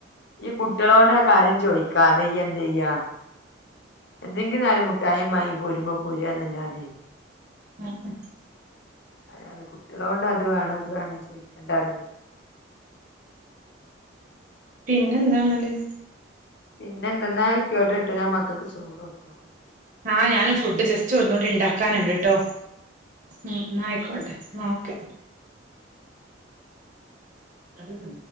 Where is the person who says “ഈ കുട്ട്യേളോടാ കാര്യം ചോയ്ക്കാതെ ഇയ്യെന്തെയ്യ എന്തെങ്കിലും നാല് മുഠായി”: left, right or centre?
Left